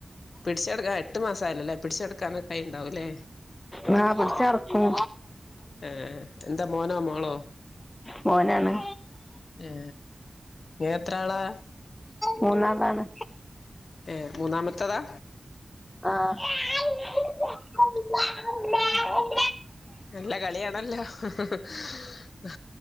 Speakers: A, on the left; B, on the left.
A: പിടിച്ചെടുക്കാ എട്ട് മാസം അല്ലല്ലേ പിടിച്ചെടുക്കാന കൈ ഉണ്ടാവുംല്ലേ
B: ന പിടിച്ച ഇറക്കും
A: ഏഹ് എന്താ മോനോ മാളോ
B: മോനാണ്
A: ഏ ങ്ങ എത്ര ആളാ
B: മുന്നാളാണ്
A: ഏ മൂന്നാമത്തേതാ
B: ആഹ <unintelligible>
A: നല്ല കളിയാണല്ലോ ആആ